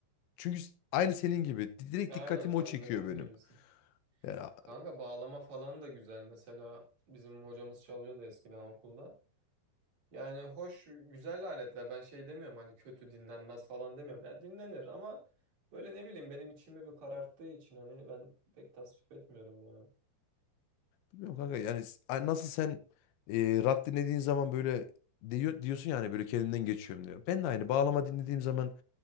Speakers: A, on the left; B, on the right.
A: Çünkü s- aynı senin gibi di- direkt
B: Aynen
A: dikkatimi
B: sen
A: o çekiyor
B: de benim
A: benim.
B: gibisin.
A: Yani a-
B: Kanka bağlama falan da güzel. Mesela bizim hocamız çalıyordu eskiden okulda. Yani hoş, güzel aletler. Ben şey demiyorum hani kötü dinlenmez falan demiyorum. Ya dinlenir ama böyle ne bileyim benim içimi bir kararttığı için hani ben pek tasvip etmiyorum ya.
A: bilmiyorum kanka yani s- a- nasıl sen e, rap dinlediğin zaman böyle diyor, diyorsun yani böyle kendimden geçiyorum diyor. Ben de aynı bağlama dinlediğim zaman